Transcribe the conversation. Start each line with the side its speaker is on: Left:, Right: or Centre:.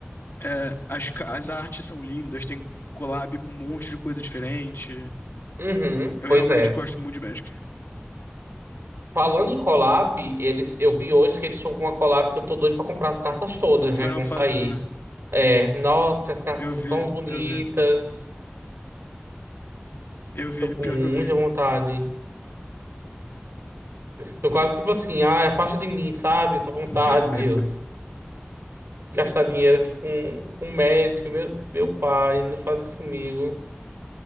Left: É, as, ca- as artes são lindas, tem collab com um monte de coisa diferente.
Right: Uhum,
Left: Eu
Right: pois
Left: realmente
Right: é.
Left: gosto muito de Magic.
Right: Falando em collab, eles, eu vi hoje que eles estão com uma collab que eu tô doido pra comprar as cartas todas,
Left: De
Right: né?
Left: Final
Right: Que vão
Left: Fantasy,
Right: sair.
Left: né?
Right: É, nossa, as cartas
Left: Eu
Right: estão
Left: vi,
Right: tão bonitas.
Left: eu vi, eu vi,
Right: Tô com
Left: pior
Right: muita
Left: que eu vi.
Right: vontade. Tô quase tipo assim, ah, afasta de mim, sabe? Essa vontade,
Left: <laughs>
Right: Deus. Gastar dinheiro aqui com, com Magic, meu, meu pai, não faz isso comigo.